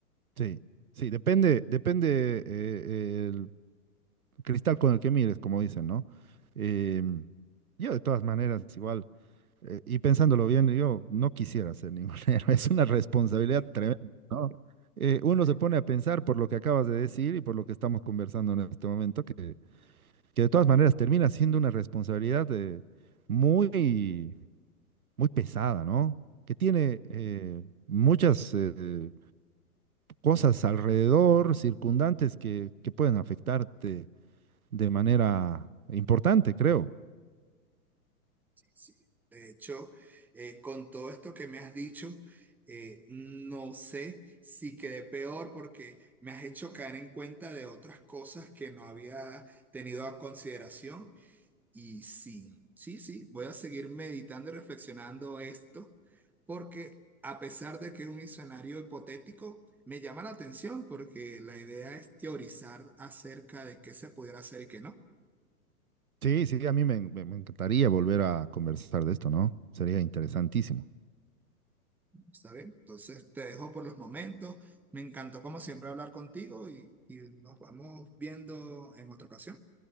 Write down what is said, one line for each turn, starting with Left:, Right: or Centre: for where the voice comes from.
Right: Sí, sí, depende, depende eh, cristal con el que mires, como dicen, ¿no? Em, yo de todas maneras, igual, eh, y pensándolo bien, yo no quisiera ser ningún <laughs> héroe, es una responsabilidad tremenda, ¿no? Eh, uno se pone a pensar por lo que acabas de decir y por lo que estamos conversando en este momento, que, que de todas maneras termina siendo una responsabilidad eh, muy, muy pesada, ¿no? Que tiene eh, muchas eh, cosas alrededor, circundantes que, que pueden afectarte de manera importante, creo.
Centre: Sí, sí. De hecho, eh, con todo esto que me has dicho, eh, no sé si quedé peor porque me has hecho caer en cuenta de otras cosas que no había tenido a consideración. Y sí, sí, sí, voy a seguir meditando y reflexionando esto porque a pesar de que es un escenario hipotético, me llama la atención porque la idea es teorizar acerca de qué se pudiera hacer y qué no.
Right: Sí, sí, a mí me, me- me encantaría volver a conversar de esto, ¿no? Sería interesantísimo.
Centre: ¿Está bien? Entonces te dejo por los momentos. Me encantó como siempre hablar contigo y, y nos vamos viendo en otra ocasión.